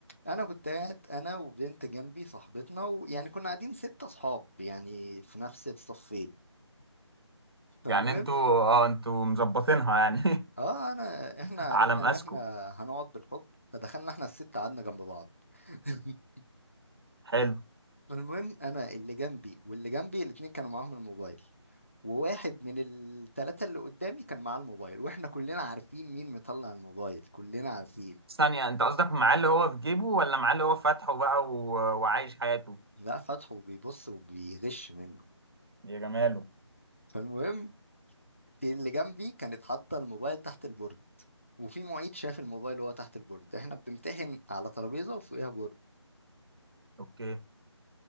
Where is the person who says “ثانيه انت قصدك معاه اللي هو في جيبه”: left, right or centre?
Right